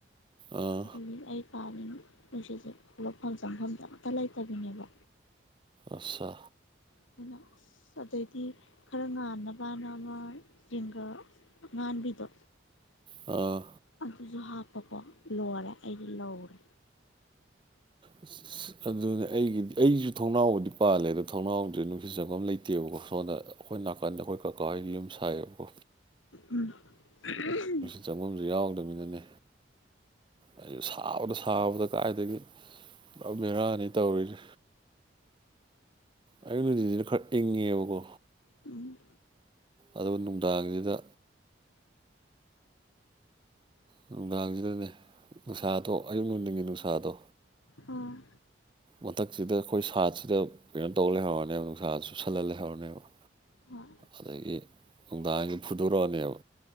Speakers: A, on the right (about 25°); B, on the left (about 85°).
A: ꯑꯥ
B: ꯑꯗꯨꯒꯤ ꯑꯩ ꯀꯥꯜꯂꯤ ꯅꯨꯡꯁꯤꯠꯁꯦ ꯊꯣꯛꯂꯛꯐꯝ ꯆꯪꯐꯝꯗ ꯑꯝꯇ ꯂꯩꯇꯕꯤꯅꯦꯕ
A: ꯑꯁꯥ
B: ꯑꯗꯨꯅ ꯑꯁ ꯑꯗꯩꯗꯤ ꯈꯔ ꯉꯥꯟꯅꯕꯅ ꯑꯃ ꯖꯤꯡꯒ ꯑꯉꯥꯟꯕꯤꯗꯣ
A: ꯑꯥ
B: ꯑꯗꯨꯖꯨ ꯍꯥꯞꯄꯀꯣ ꯂꯣꯔꯦ ꯑꯩꯗꯤ ꯂꯧꯔꯦ
A: ꯑꯁ ꯑꯗꯨꯅ ꯑꯩꯒꯤꯗꯤ ꯑꯩꯖꯨ ꯊꯣꯡ ꯊꯣꯡꯅꯥꯎꯕꯨꯗꯤ ꯄꯥꯜꯂꯦ ꯑꯗꯣ ꯊꯅꯥꯎꯗꯤ ꯅꯨꯡꯁꯤꯠ ꯆꯚꯝ ꯂꯩꯇꯦꯕꯀꯣ ꯁꯣꯟꯗ ꯑꯈꯣꯏ ꯅꯥꯀꯟꯗ ꯑꯈꯣꯏ ꯀꯀꯥ ꯍꯣꯢꯒꯤ ꯌꯨꯝ ꯁꯥꯏꯌꯦꯕꯀꯣ
B: ꯎꯝ <unintelligible>
A: ꯆꯪꯕꯝꯁꯨ ꯌꯥꯎꯗꯕꯅꯤꯅꯅꯦ ꯑꯩꯁꯨ ꯁꯕꯗ ꯁꯥꯕꯗ ꯀꯥꯏꯗꯒꯤ ꯄꯨ ꯕꯦꯔꯥꯅꯤ ꯇꯧꯔꯤꯖꯤ ꯑꯌꯨꯛ ꯅꯨꯗꯤꯁꯤꯅ ꯈꯔ ꯏꯪꯉꯦꯕꯀꯣ
B: ꯎꯝ
A: ꯑꯗꯨꯒ ꯅꯨꯡꯗꯥꯡꯁꯤꯗ ꯅꯨꯡꯗꯥꯡꯁꯤꯗꯅꯦ ꯅꯨꯡꯁꯥꯗꯣ ꯑꯌꯨꯛ ꯅꯨꯡꯗꯤꯡꯒꯤ ꯅꯨꯡꯁꯥꯗꯣ
B: ꯑꯣ
A: ꯃꯊꯛꯁꯤꯗ ꯑꯩꯈꯣꯏ ꯁꯥꯠꯁꯤꯗ ꯀꯩꯅꯣ ꯇꯧ ꯂꯩꯍꯧꯔꯅꯦꯕ ꯅꯨꯡꯁꯥꯁꯤ ꯁꯨ ꯁꯜꯍꯜ ꯂꯩꯍꯧꯔꯅꯦꯕ
B: ꯍꯣꯏ
A: ꯑꯗꯒꯤ ꯅꯨꯡꯗꯥꯡꯁꯤ ꯐꯨꯗꯣꯔꯛꯑꯅꯦꯕ